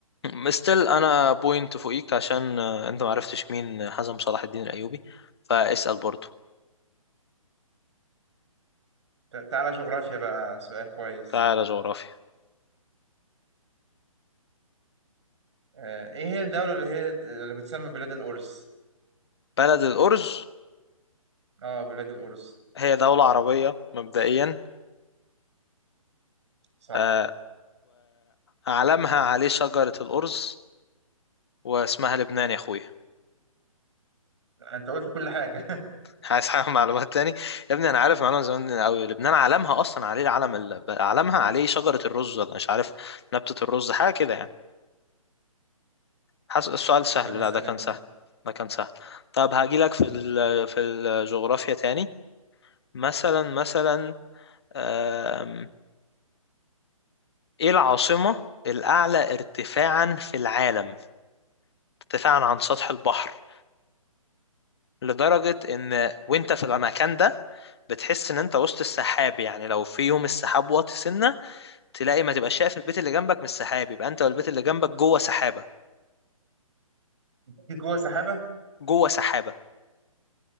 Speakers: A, on the left; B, on the right.
A: مستل انا بوينت فوقيك عشان آه، انت معرفتش مين حزم صلاح الدين الايوبي فاسأل برضو
B: تع- تعالى جغرافيا بقى سؤال كويس
A: تعالى جغرافيا
B: آه، ايه هي الدولة اللي هي اللي بتسمى بلاد الأرز
A: بلد الأرز
B: اه بلاد الأرز
A: هي دولة عربية مبدئيا
B: صح
A: آه وعلمها عليه شجرة الأرز واسمها لبنان يا أخوي
B: انت قلت كل حاجة
A: <laughs> عايز حاجة معلومات تاني يا ابني أنا عارف معلومة زمان أوي لبنان علمها أصلا عليه العلم ال... علمها عليه شجرة الرز ولا مش عارف نبتة الرز حاجة كده يعني حس... السؤال
B: <laughs>
A: سهل
B: تمام اسأل
A: لا ده كان
B: انت
A: سهل ده كان سهل طب هاجيلك في ال... في الجغرافيا تاني مثلا مثلا آم... إيه العاصمة الأعلى ارتفاعا في العالم ارتفاعا عن سطح البحر لدرجة ان وانت في المكان ده بتحس ان انت وسط السحاب يعني لو في يوم السحاب واطي سنة تلاقي ما تبقى شايف البيت اللي جنبك من السحاب يبقى انت والبيت اللي جنبك جوه سحابة
B: في جوه سحابة
A: جوه سحابة